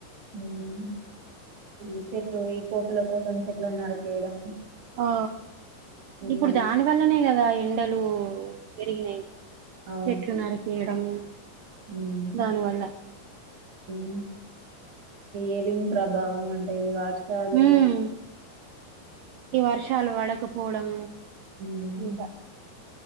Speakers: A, on the right; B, on the right.
A: ఉమ్ చెట్లు ఈ కోతుల కోసం చెట్లను నరికేయడం
B: ఆ ఇప్పుడు
A: మళ్ళీ
B: దాని వల్లనే కదా ఎండలు పెరిగినయ్
A: అవును
B: చెట్లు నరికేయడము
A: ఉమ్,
B: దాని వల్ల
A: ఉమ్. ఏలింగ్ ప్రభావం అంటే ఈ వర్షాలు
B: ఉమ్ ఈ వర్షాలు వడకపోవడం
A: ఉమ్.
B: అంత